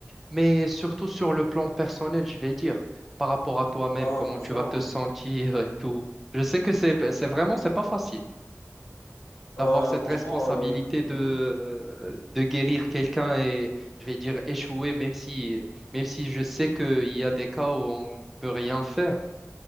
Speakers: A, in the centre; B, on the left (about 70°).
A: Mais surtout sur le plan personnel, je vais dire, par rapport à toi-même,
B: Ah,
A: comment
B: franchement,
A: tu vas te sentir et tout. Je sais que c'est, c'est vraiment, c'est pas facile d'avoir
B: euh,
A: cette
B: franchement,
A: responsabilité
B: euh, mhm.
A: de, euh, de guérir quelqu'un et, je vais dire, échouer, même si, même si je sais qu'il y a des cas où on ne peut rien faire.